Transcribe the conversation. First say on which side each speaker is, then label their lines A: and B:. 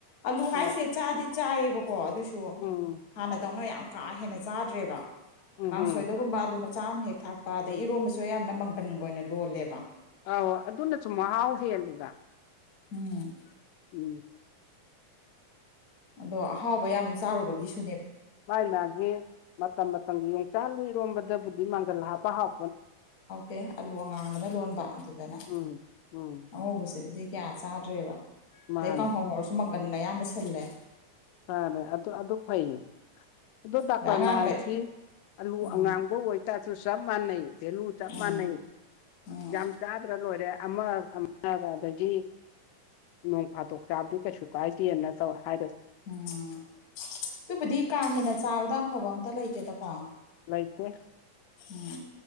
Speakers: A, on the left; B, on the left.
A: ꯑꯂꯨ
B: ꯍꯣꯏ
A: ꯍꯥꯏꯁꯦ ꯆꯥꯗꯤ ꯆꯥꯏꯌꯦꯕꯀꯣ ꯑꯗꯨꯁꯨ
B: ꯎꯝ
A: ꯍꯥꯟꯅꯗꯧꯅ ꯌꯥꯝ ꯀꯥ ꯍꯦꯟꯅ ꯆꯥꯗ꯭ꯔꯦꯕ
B: ꯎꯝ
A: ꯀꯥꯡꯁꯣꯏꯗꯒꯨꯝꯕ
B: ꯎꯝ
A: ꯑꯥꯂꯨ ꯃꯆꯥ ꯑꯃ ꯍꯦꯛ ꯊꯥꯛꯄ ꯑꯗꯩ ꯏꯔꯣꯝꯕꯁꯨ ꯌꯥꯝꯅ ꯃꯪꯒꯟꯒ ꯑꯣꯏꯅ ꯂꯣꯜꯂꯦꯕ
B: ꯑ ꯑꯗꯨꯅꯁꯨꯨꯝ ꯃꯍꯥꯎ ꯍꯦꯜꯜꯂꯤꯗ
A: ꯎꯝ
B: ꯎꯝ
A: ꯑꯗꯣ ꯑꯍꯥꯎꯕ ꯌꯥꯝ ꯆꯥꯔꯨꯕꯒꯤꯁꯨ
B: ꯃꯥꯥꯏ ꯃꯥꯒꯤ ꯃꯇꯝ ꯃꯇꯝꯒꯤ ꯌꯣꯡꯆꯥꯛ ꯂꯨꯏꯔꯣꯝꯕꯗꯕꯨꯗꯤ ꯃꯥꯡꯖꯜ ꯍꯥꯞꯄ ꯍꯥꯎ
A: ꯍꯥꯎꯇꯦ ꯑꯂꯨ ꯑꯉꯥꯡꯕꯅ ꯂꯣꯟꯕ ꯑꯗꯨꯗꯅ
B: ꯎꯝ ꯎꯝ
A: ꯑꯉꯧꯕꯁꯤꯕꯨꯗꯤ ꯀꯌꯥ ꯆꯥꯗ꯭ꯔꯦꯕ
B: ꯃꯥꯅꯤ
A: ꯑꯗꯩ ꯀꯥꯡꯍꯧ ꯑꯣꯏꯔꯁꯨ ꯃꯪꯒꯟ ꯑꯌꯥꯝꯕ ꯁꯤꯜꯂꯦ
B: ꯑ ꯑꯗꯨ ꯑꯗꯨ ꯐꯩꯌꯦ ꯑꯗꯣ ꯗꯥꯛꯇꯔꯅ
A: ꯑꯗ ꯑꯉꯥꯡꯈꯩ
B: ꯍꯥꯏꯕꯗꯤ ꯑꯂꯨ
A: ꯎꯝ
B: ꯑꯉꯥꯡꯕ ꯑꯣꯏꯇꯥꯔꯁꯨ ꯆꯞ ꯃꯥꯟꯅꯩ ꯚꯦꯂꯨ ꯆꯞ
A: ꯎꯝ
B: ꯃꯥꯟꯅꯩ
A: ꯎꯝ
B: ꯌꯥꯝ ꯆꯥꯗ꯭ꯔ ꯂꯣꯏꯔꯦ ꯑ ꯑ ꯗꯥꯗꯖꯤ ꯅꯣꯏ ꯐꯥꯠꯇꯣꯛ ꯆꯥꯕꯗꯤ ꯀꯩꯁꯨ ꯇꯥꯏꯒꯦꯅ ꯇꯧ ꯍꯥꯏꯔꯁꯦ
A: ꯎꯝ ꯑꯗꯨꯕꯨꯗꯤ ꯀꯥ ꯍꯦꯟꯅ ꯆꯥꯕꯗ ꯑꯐꯕ ꯑꯝꯇ ꯂꯩꯇꯦꯗꯀꯣ
B: ꯂꯩꯇꯦ
A: ꯎꯝ